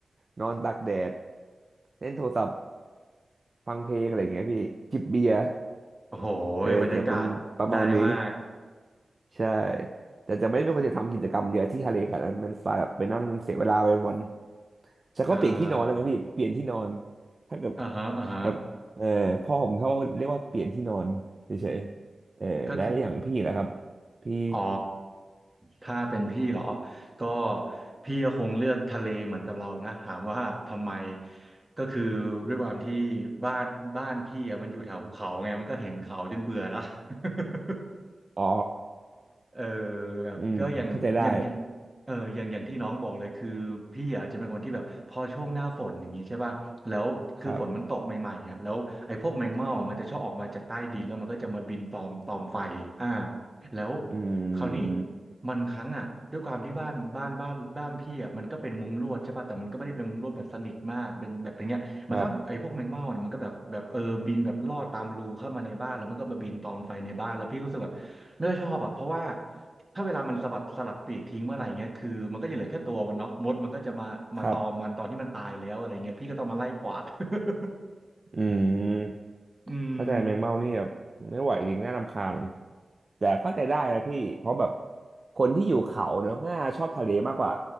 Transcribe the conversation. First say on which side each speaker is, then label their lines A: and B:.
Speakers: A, on the right; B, on the right.
A: นอนตากแดดเล่นโทรศัพท์ฟังเพลงอะไรเงี้ยพี่จิบเบียร์
B: โอ้โห
A: เออจะเป็นประมาณนี้
B: บรรยากาศได้มาก
A: ใช่แต่จะไม่เป็นคนจะทำกิจกรรมเยอะที่ทะเลขนาดนั้นมันสายแบบไปนั่งเสียเวลาไปวันๆแต่ก็เปลี่ยนที่นอนแล้วไงพี่เปลี่ยนที่นอน
B: <laughs> อ่า
A: ถ้าเกิด
B: อ่าฮะอ่าฮะ
A: แบบเออพ่อผมเขาเรียกว่าเปลี่ยนที่นอนเฉยๆเออและอย่างพี่นะครับ
B: ก็คือ
A: พี่
B: อ๋อถ้าเป็นพี่เหรอก็พี่ก็คงเลือกทะเลเหมือนกับเรานะถามว่าทำไมก็คือด้วยความที่บ้านบ้านพี่อะมันอยู่แถวภูเขาไงมันก็เห็นเขาจนเบื่อแล้ว <laughs>
A: อ๋อ
B: เออแบบก็อย่างอย่างอย่าง
A: อืมเข้าใจได้
B: เอออย่างอย่างที่น้องบอกเลยคือพี่อ่ะจะเป็นคนที่แบบพอช่วงหน้าฝนอย่างนี้ใช่ป่ะแล้วคือฝนมันตกใหม่ๆอ่ะแล้วไอ้พวกแมงเม่ามันจะชอบออกมาจากใต้ดินแล้วมันก็จะมาบินตอมตอมไฟอ่า
A: ครับ
B: แล้ว
A: อื
B: คราวนี้
A: ม
B: มันครั้งอ่ะด้วยความที่บ้านบ้านบ้านบ้านพี่อ่ะมันก็เป็นมุ้งลวดใช่ป่ะแต่มันก็ไม่ได้เป็นมุ้งลวดแบบสนิทมากเป็นแบบอะไรเงี้ยมันข้างไอ้พวกแมงเม่าเนี่ยมันก็แบบแบบเออบินแบบลอดตามรูเข้ามาในบ้านแล้วมันก็มาบินตอมไฟในบ้านแล้วพี่ก็รู้สึกแบบไม่ค่อยชอบอ่ะเพราะว่า
A: ครับ
B: ถ้าเวลามันสะบัดสลัดปีกทิ้งเมื่อไหร่เงี้ยคือมันก็จะเหลือแค่ตัวมันเนาะมดมันก็จะมามาตอมมันตอนที่มันตายแล้วอะไรเงี้ยพี่ก็ต้องมาไล่กวาด
A: ครับ
B: <laughs>
A: อืม
B: อืม
A: เข้าใจแมงเม่านี่แบบไม่ไหวจริงน่ารำคาญแต่เข้าใจได้นะพี่เพราะแบบคนที่อยู่เขาเนอะน่าชอบทะเลมากกว่า